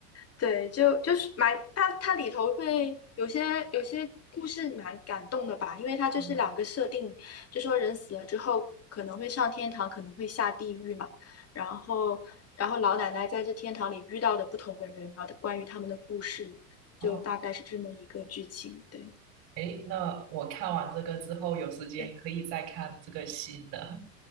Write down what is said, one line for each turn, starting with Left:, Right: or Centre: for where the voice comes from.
Left: 对，就就是蛮它它里头会有些有些故事蛮感动的吧，因为它就是两个设定，
Right: 嗯，
Left: 就说人死了之后可能会上天堂，可能会下地狱嘛，然后然后老奶奶在这天堂里遇到的不同的人，然后关于他们的故事，
Right: 哦，
Left: 就大概是这么一个剧情。对
Right: 诶，那我看完这个之后，有时间可以再看这个新的。
Left: 对，